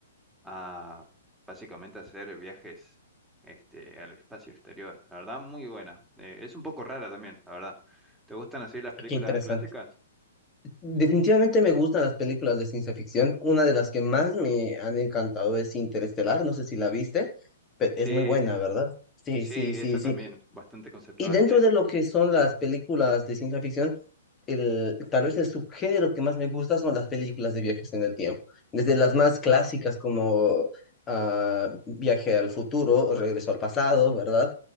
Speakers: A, in the centre; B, on the left.
A: a básicamente hacer viajes este, al espacio exterior. La verdad, muy buena. Eh, es un poco rara también, la verdad. ¿Te gustan así las películas
B: Qué interesante.
A: clásicas?
B: Definitivamente me gustan las películas de ciencia ficción. Una de las que más me han encantado es Interestelar, no sé si la viste, pero
A: Sí,
B: es muy buena, ¿verdad? Sí,
A: sí,
B: sí, sí,
A: esa
B: sí.
A: también, bastante conceptual,
B: Y dentro
A: sí.
B: de lo que son las películas de ciencia ficción, el, tal vez el subgénero que más me gusta son las películas de viajes en el tiempo. Desde las más clásicas como ah, Viaje al futuro, o Regreso al pasado, ¿verdad?